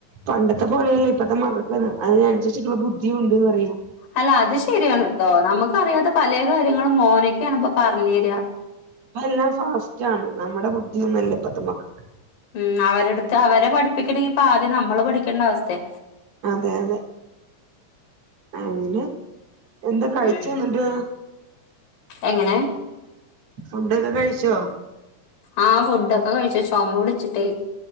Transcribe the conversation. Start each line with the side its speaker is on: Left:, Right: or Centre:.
Right: പണ്ടത്തെ പോലെയല്ല ഇപ്പഴത്തെ മകൾക്ക് അതിനനുസരിച്ചിട്ടുള്ള ബുദ്ധിണ്ട്ന്ന് പറയാ
Left: അല്ല അത് ശരിയാണ് കേട്ടോ നമുക്ക അറിയാത്ത പല കാര്യങ്ങൾ മോനക്കാണ് ഇപ്പ പറഞ്ഞു തരിക
Right: ഇപ്പ എല്ലാം ഫാസ്റ്റ് ആണ് നമ്മുടെ ബുദ്ധിയൊന്നുംല്ല ഇപ്പത്തക്ക മക്കക്ക്
Left: ഉം അവരെടുത്ത് അവരെ പഠിപ്പിക്കണെങ്കിപ്പ ആദ്യം നമ്മള് പഠിക്കേണ്ട അവസ്ഥയ
Right: അതെ അതെ അങ്ങനെ എന്താ കഴിച്ച
Left: ഉം.
Right: എന്നിട്ട്
Left: എങ്ങനെ
Right: ഫുഡൊക്കെ കഴിച്ചോ
Left: ആഹ് ഫുഡ്ക്കെ കഴിച്ചു ചുമ പിടിച്ചിട്ടേ